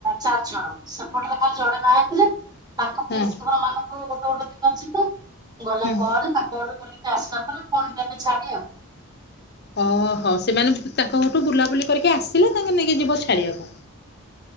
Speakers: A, on the right; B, on the left.
A: ଚାରି ଜଣ ସେପଟରେ ଖାଲି ଜଣେ ବାହା ହେଇଥିଲେ ତାଙ୍କ
B: ହଁ
A: ପାଇଁ ସହରମାନଙ୍କୁ ତୁ ଯଦି ନଯିବୁ? ଗଲା
B: ହୁଁ
A: ପରେ ତାଙ୍କ ଆଡ଼ୁ ବୋଲି ତ ଆସିନଥିଲେ ଫୁଣି ଦେବେ ଛାଡ଼ି ଆଉ।
B: ଓହୋ ସେମାନେ ତାଙ୍କ ଘଠୁ ବୁଲାବୁଲି କରିକି ଆସିଲେ ତାଙ୍କେ ନେଇକି ଯିବ ଛାଡିବାକୁ।